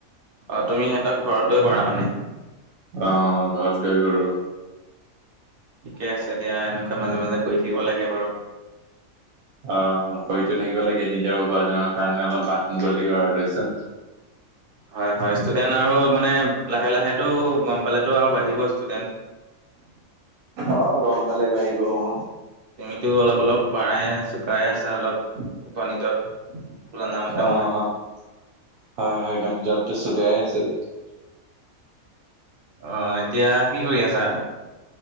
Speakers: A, on the right (about 45°); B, on the right (about 80°).
A: অ তুমি সিহঁতক ঘৰত গৈ কৰা মানে
B: অ ঘৰত গৈ কৰোঁ
A: ঠিকে আছে দিয়া এনেকুৱা মাজে মাজে কৰি থাকিব লাগে বাৰু
B: অ কৰি টো থাকিব লাগে নিজৰ উপাৰ্জনৰ কাৰণে অলপ বাট মুকলি কৰা লৈছ
A: হয় হয় ষ্টুডেন্ট আৰু মানে লাহে লাহেটো গম পালেতো আৰু বাঢ়িব ষ্টুডেন্ত
B: অ গম পালে বাহিব অ
A: তুমিতো অলপ অলপ পাই শুকাই আছে অলপ উপনীত পঙৰা নামতে
B: অ
A: মই
B: হয় হয় হয় গণজটো চুগাই আছোঁ
A: অ এতিয়া কি কৰি আছা